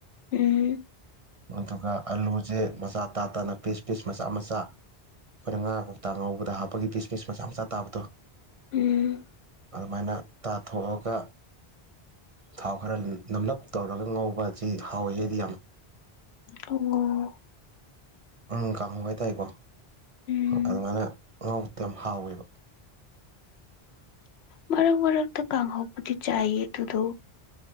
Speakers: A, on the left; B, on the right.
A: ꯎꯝ
B: ꯊ ꯑꯜꯂꯨ ꯆꯦ ꯃꯆꯥ ꯇꯥ ꯇꯥꯅ ꯄꯤꯁ ꯄꯤꯁ ꯃꯆꯥ ꯃꯆꯥ ꯑꯩꯈꯣꯏꯅ ꯉꯥ ꯀꯣꯛꯇꯥ ꯉꯧꯕꯗ ꯍꯥꯞꯄꯒꯤ ꯕꯤꯁꯃꯤꯁ ꯃꯆꯥ ꯃꯆꯥ ꯇꯥꯕꯗꯣ
A: ꯎꯝ
B: ꯑꯗꯨꯃꯥꯏꯅ ꯇꯥꯊꯣꯛꯑꯒ ꯊꯥꯎ ꯈꯔ ꯅꯝꯂꯞ ꯇꯧꯔꯒ ꯉꯧꯕꯁꯤ ꯍꯥꯎꯋꯤ ꯍꯥꯏꯗꯤ ꯌꯥꯝ
A: ꯑꯣ
B: ꯎ ꯀꯥꯡꯍꯧ ꯍꯥꯏꯇꯥꯔꯦꯀꯣ
A: ꯎꯝ
B: ꯑꯗꯨꯃꯥꯏꯅ ꯉꯥꯎꯕꯗ ꯌꯥꯝ ꯍꯥꯎꯋꯦꯕ
A: ꯃꯔꯛ ꯃꯔꯒ ꯇ ꯀ ꯀꯥꯡꯍꯕꯨꯗꯤ ꯆꯥꯏꯌꯦ ꯇꯨꯗ